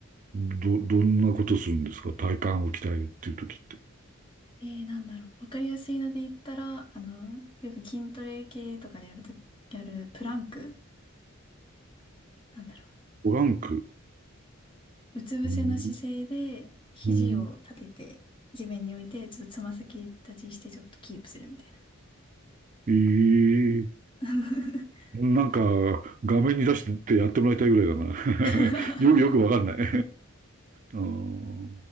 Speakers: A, on the right (about 40°); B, on the left (about 25°).
A: ど、どんなことするんですか体幹を鍛えるっていう時って。
B: えー、なんだろう、わかりやすいので言ったら、あの、よく筋トレ系とかでやると、やるプランク、なんだろう、
A: トランク。
B: うつ伏せの姿勢で、
A: うん
B: 肘を立てて、
A: うん
B: 地面に置いて、ちょっとつま先立ちして、ちょっとキープするみたいな。
A: ええ
B: <laughs>
A: なんか、
B: とか
A: 画面に出してってやってもらいたいぐらいだな。
B: <laughs>
A: <laughs> よ、よくわかんない。<laughs> あー